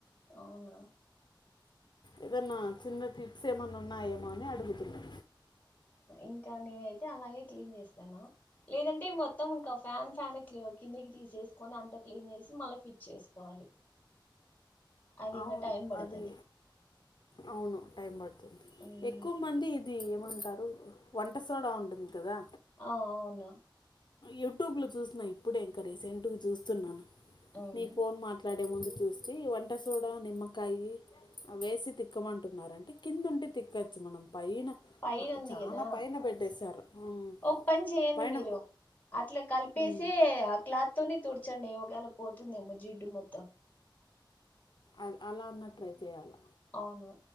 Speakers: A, on the left; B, on the left.
A: అవునా
B: ఏదన్నా చిన్న టిప్స్ ఏమైన్నా ఉన్నాయేమో అని అడుగుతున్నా
A: ఇంకా నేనైతే అలాగే క్లీన్ చేస్తాను లేదంటే మొత్తం ఇంకా ఫ్యాన్ ఫ్యాన్ క్ కిందికి తీసేసుకొని అంత క్లీన్ చేసి మళ్ళీ ఫిట్ చేసుకోవాలి అది
B: అవును
A: ఇంకా టైం పడుతది
B: అది అవును టైం పడుతుంది
A: ఉమ్.
B: ఎక్కువ మంది ఇది ఎప్ అమ్మంటారు వంట సోడ ఉంటుంది కదా
A: ఆ అవున
B: యూట్యూబ్ లో చూస్తున్నా ఇప్పుడే ఇంకా రీసెంట్ చూస్తున్నాను
A: ఉమ్
B: నీ ఫోన్ మాట్లాడి ముందు చూస్తి వం ట సోడా నిమ్మకాయి అవేసి తిక్కమంటున్నారంటే కింద ఉంటే తిక్కచ్చు మనం పైన
A: పైన
B: ఆ,
A: ఉంది
B: చాలా
A: కదా
B: పైన పెట్టేశారు ఉమ్.
A: ఒక పని చేయండి
B: పైన
A: మీరు అట్లా కలిపేసే
B: ఉమ్,
A: ఆ క్లాత్ తోని తూడ్చండి ఒకేలా పోతుందేమో జిడ్డు మొత్తం
B: అద్ అలా అన్న ట్రై చేయాల
A: అవును